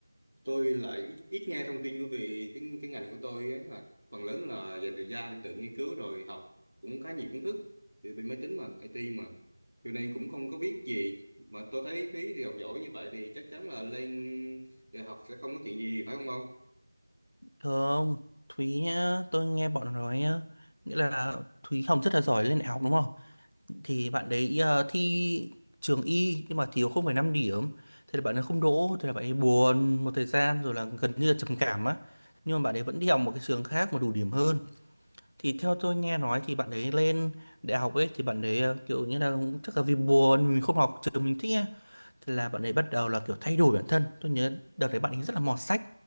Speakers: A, on the right; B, on the left.
A: tôi lại ít, ít nghe thông tin bởi vì cái cái ngành của tôi ấy là phần lớn là dành thời gian tự nghiên cứu rồi học cũng khá nhiều kiến thức về bên máy tính mà, IT mà. Cho nên cũng không có biết gì. Mà tôi thấy Thúy thì học giỏi như vậy thì chắc chắn là lên đại học sẽ không có chuyện gì phải không không?
B: Thường Thúy nhá, tôi nghe bọn nó nói nhá, nghĩa là Thúy Hồng rất là giỏi lên đại học đúng không? Thì bạn đấy ờ, thi trường y nhưng mà thiếu không phẩy năm điểm, thế là bạn ấy không đỗ, thế là bạn ấy buồn một thời gian rồi là gần như là trầm cảm á. Nhưng mà bạn ấy vẫn đi học một cái trường khác mà đủ điểm hơn. Thì theo tôi nghe nói thì bạn ấy lên đại học ấy thì bạn ấy ờ, kiểu như là chắc là vì buồn mình không học trường mình thích ấy. Thế là bạn ấy bắt đầu là kiểu thay đổi bản thân tôi nhớ đợt đấy bạn ấy rất là mọt sách